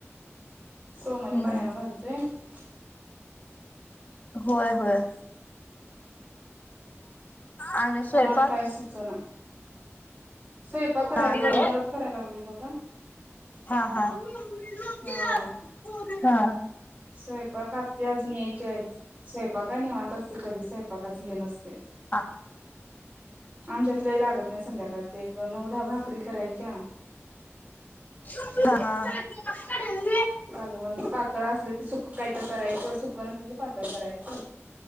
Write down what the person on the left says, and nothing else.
हम्म
होय होय. आणि स्वयंपाक
नाही होय
हा हा <unintelligible>
हा.
हा
<unintelligible> हा